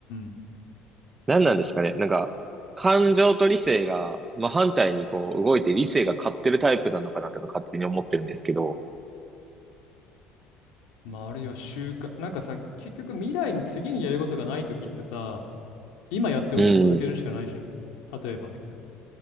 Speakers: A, on the left; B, on the right.
A: ん
B: 何なんですかね。なんか、感情と理性が、まあ、反対にこう、動いて理性が勝ってるタイプなのかなとか勝手に思ってるんですけど。
A: まああるいは習慣なんかさ結局未来に次にやることがないときってさ今やってることを続けるしかないじゃん例えばだけど
B: うん。